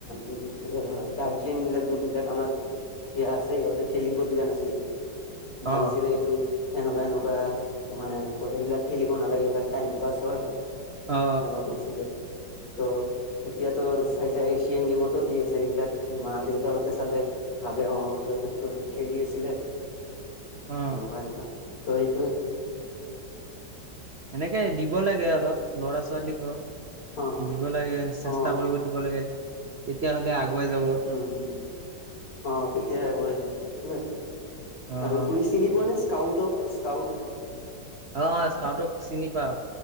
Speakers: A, on the left; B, on the right.
A: উম, গাৰ্জিয়ন বিলাক যোন বিলাক আমাৰ। ইয়া আছে ইিহতে খেলিব দিয়া নাছিলে, ভাবিছিলে
B: অ
A: এইটো! এনেকুৱা, এনেকুৱা মানে কয় এইবিলাক খেলিব নালাগে, এইবিলাক টাইম পাছ হয়।
B: অ
A: এনেকুৱা কৈছিলে। ত' এতিয়াতো চাই, চাই এছিয়ান গেমতো দি আছে, এইবিলাক মা দেউতাহতে চালে ভ অ', ইহঁতে তো খেলি আছিলে।
B: অ
A: এনেকুৱা, এনেকুৱা ত এইতিয়েই।
B: এনেকে দিব লাগে অলপ ল'ৰা ছোৱালীকো।
A: অ
B: দিব লাগে, চেষ্টা
A: অ
B: কৰিব দিব লাগে। তেতিয়াহলে আগুৱাই যাব।
A: উম উম অ', তেতিয়াই আগুৱাই যাব, সেইটোয়ে
B: অ',
A: আৰু তুমি চিনি পোৱা নে? স্কাউটক, স্কাউট।
B: অ', স্কাউটক চিনি পাওঁ।